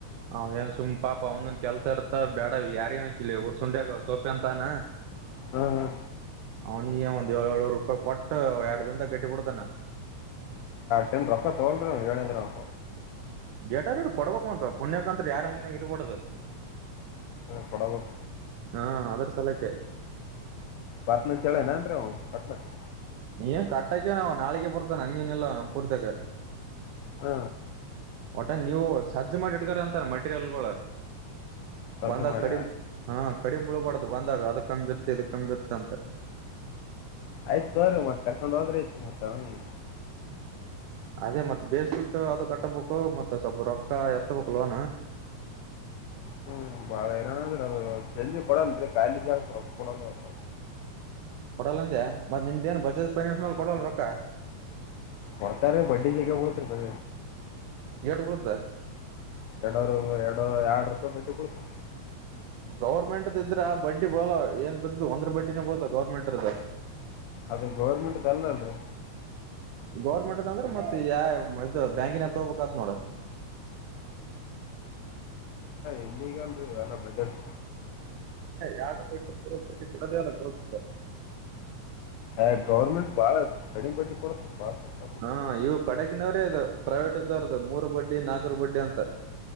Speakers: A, on the right (about 85°); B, on the left (about 75°).
A: ಹ ಏನ್ ಸುಮ್ ಪಾಪಾ ಒಂದೊಂದ್ ಕೆಲ್ಸ ಇರ್ತ ಬೇಡ ಯಾರ್ ಏನಕ್ಕಿಲ್ಲಿ ಉಊರ್ ಸುಂಡ್ಯಾಗ ಸೋಪೆ ಅಂತಾನ
B: ಹ್ಮ್ ಹ್ಮ
A: ಅವನಿಿಗೆ ಒಂದ್ ಏಳು ಏಳೂರು ರೂಪಾಯಿ ಕೊಟ್ಟ ಎರಡ್ ದಿನದ ಕಟ್ಟಿಬಡ್ತಾನ
B: ಟನ್ ರೊಪಾಯ ತಗೊಂಡ್ರಿ ಅವ್ ಹೇಳಿದ್ರ ಅನ್ಕ
A: ಎಟಾರ ಕೊಡ್ಬೇಕು ಅಂತ ಪುಣ್ಯಾಕತ್್ರ ಯಾರ ಹಂಗಿನಾಗ ಇರ್ಬಡ್ದ
B: ಕೊಡಬೇಕ
A: ಹಾ ಅದ್ರ ಸಲಕೆ
B: ಬತ್ನಂತೇಳನ ಅನ್್ರೀ ಅವ ಕಟ್ಲಕ್ಕೆ
A: ನೀನ್ ಕಟ್ಟಕ ನ ನಾಳೆಗೆ ಬರ್ತಾನ ಹಂಗೇನ ಇಿಲ್ಲ ನಮ್ಮ ಪೂರ್ತಕ
B: ಹ್ಮ
A: ಒಟ ನೀವು ಸಜ್ಜು ಮಾಡಿ ಇಡ್ಕರ ಅಂತಾರ ಮಟೀರಿಯಲ್ಗಳು
B: ರದ್ದು
A: ಬಂದಾಗ
B: ಮಾಡ
A: ಕಡಿಮ ಹಾ ಕಡಿಮ ಬಿಳಬಡ್ ದು ಬಂದಾಗ ಅದ ಕಂಬಿತ್ತು ಇದ ಕಂಬಿತ್ತ ಅಂತೆ
B: ಆಯ್ತು ತೋ್ರಿ ಮತ್ತತ್ ಕರ್ಕೊಂಡ್ ಹೋದ್ರೆ ಐತ್ ಮತ್ತ ಅವ
A: ಅದೇ ಮತ್ತ್ ಬೇಸಂಟು ಅದು ಕಟ್ಟಬೇಕು ಮತ್ತತ್ ಸ್ವಲ್ಪ ರೊಕ್ಕ ಎತ್ತಬೇಕು ಲೋನ್
B: ಹ್ಮ್ ಬಾಳ ಏನನ್ರ ಅ ಜಲ್ಜಿ ಕೊಡಲ್ೀ ಕಾಯಿ ಜ ಕೊಡಲ್ಲ ಅದು
A: ಕೊಡಲ್ಲ ಅಂದ್ಯಾ ಮತ್ತತ್ ನಿಮ್ದೇಏನ್ ಬಜೇಜ್ ಫೈನ್ನ್ಸ್ ಮೇಲೆ ಕೊಡಲ್ ರೊಕ್ಕ
B: ಕೊಡ್ತಾರೀ ಬಡ್ಡಿ ಜಗ ಬಳತ್ರಿ ಬ
A: ಎಟು ಬಡ್ದ
B: ಎರಡರು ಎರಡು ಎರಡು ರೂಪಾಯಿ ಬಿಟ್ಟು ಕುತು
A: ಗೌರ್ಮೆಂಟ್ದ ಇದ್ರ ಆ ಬಡ್ಡಿ ಬಳಲ್ ಏನ್ ಬತದ ಒಂದ್ರ ಬಡ್ಡಿನೇ ಬಳದ ಗೌರ್ಮೆಂಟ್ದ
B: ಅದೇ ಗೌರ್ಮೆಂಟ್್ದ ಅಲ್ಲಲ್ರಿ
A: ಗೌರ್ಮೆಂಟ್ ಅದ ಅಂದ್ರೆ ಮತ್ತ ಯ ಇದು ಬ್ಯಾಂಕಿನ ತಗಬೇಕತ್ ನೋಡ
B: ಇನ್ನಗಾಲ್ಲ ಬಜೆಟ್
A: ಯಾರಟ್ಟಿ ಕೊಡದೆ ಅಲ್ಲ ಹೋಗಬಟ್ಟ
B: ಆ ಗೌರ್ಮೆಂಟ್ ಬಾಳ ಕಡಿಮೆ ಬಡ್ಡಿ ಕೊಡತರಿ ಬಾಳ ಕಷ್ಟ
A: ಹಾ ಇವು ಕಡೆಗಿನವ್ರೇ ಇದು ಪ್ರೈವೇಟ್ ಇದ್ದಾರದು ಮೂರು ಬಡ್ಡಿ ನಾಲ್ಕರ ಬಡ್ಡಿ ಅಂತ